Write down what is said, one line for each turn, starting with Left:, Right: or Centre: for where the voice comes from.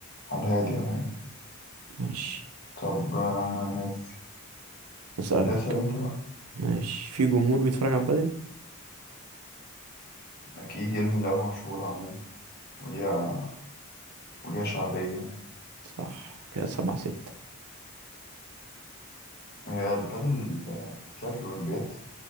Left: على الهادي على الهادي
Right: ماشي
Left: طب آه ماشي
Right: أسألك
Left: اسأل انت بقى
Right: ماشي في جمهور بيتفرج على بدل
Left: اكيد يا ابني لعبة مشهورة عموما وليها وليها شعبية يعني
Right: صح كده سبعة ستة
Left: هي البادل آه، بتتلعب في الأولمبياد